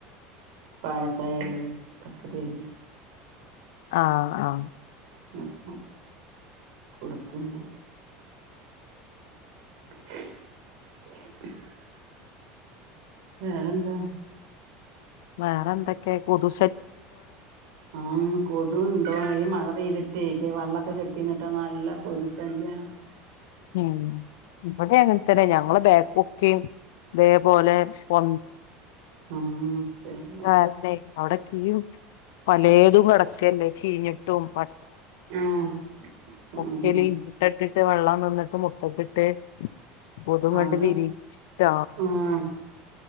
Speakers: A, on the right (about 65°); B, on the left (about 65°).
A: പായസയാലും അതൊക്കെ തേരം
B: ആാ ആാ
A: അപ്പം കൊട് <unintelligible> <inaudible> വേറെ എന്താ
B: വേറെ എന്തൊക്കെ കൊതു
A: ആ കൊതുണ്ടോ ഈ മഴ പെയ്തിട്ടേ വെള്ളൊക്കെ കെട്ടിന്നിട്ടാ നല്ല കൊത് ശാല്ല്യാണ് <unintelligible>
B: ഉം ഇവടെ അങ്ങനെ തന്നെ ഞങ്ങള് ബാ ക്ക്യം ഇതേപോലെ പൊ
A: ആഹ് ശരിയാണ്
B: <unintelligible> അവടെ <unintelligible> പലേതു കെടക്കാല്ലേ ചീഞ്ഞിട്ടും പ
A: ആഹ്
B: ഇട്ടിട്ടിട്ട്
A: ഉം
B: വെള്ളം നിന്നിട്ട് മുട്ടിട്ട് <unintelligible> കണ്ട്
A: ആകെ
B: വിരിയിച്ചിട്ട്
A: ആഹ്